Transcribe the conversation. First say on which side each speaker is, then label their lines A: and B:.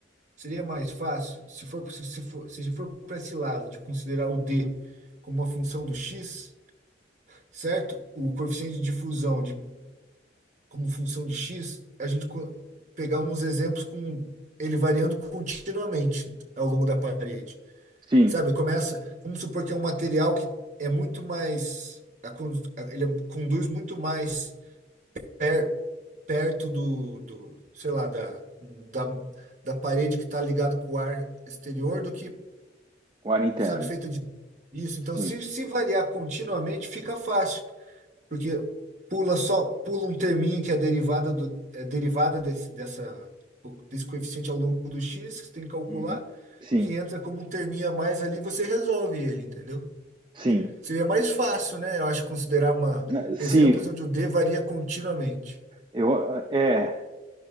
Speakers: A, on the right; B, on the right.
A: Seria mais fácil se for, se for, se for para esse lado de considerar o d como uma função do x, certo? O coeficiente de difusão de, como função de x, a gente co- pegar uns exemplos com ele variando continuamente ao longo da parede.
B: Sim,
A: Sabe, começa, vamos supor que é um material que é muito mais, a con- a- ele é- conduz muito mais per- perto do, do, sei lá, da, da, da parede que está ligado com o ar exterior do que
B: com ar interno.
A: sabe, feito de isso. Então,
B: Sim.
A: se, se variar continuamente, fica fácil, porque pula só, pula um terminho que é derivada do, é derivada desse, dessa, desse coeficiente ao longo do x, que você tem que calcular,
B: Uhum. Sim,
A: que entra como um terminho a mais ali, você resolve ele, entendeu?
B: sim,
A: Seria mais fácil, né? Eu acho considerar uma
B: Eh, sim,
A: exemplos onde o d varia continuamente.
B: eu, é,